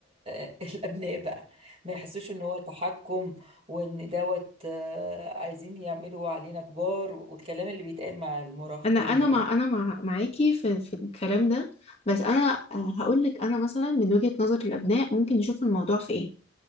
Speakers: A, on the right; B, on the left.
A: آه، <laughs> الابناء بقى ما يحسوش ان هو تحكم وان دوت آه، عايزين يعملوا علينا كبار والكلام اللي بيتقال مع المراهقين
B: انا انا
A: يعني
B: مع انا مع معاكي في في الكلام ده بس انا آه، هقول لك انا مثلا من وجهه نظر الابناء ممكن يشوف الموضوع في ايه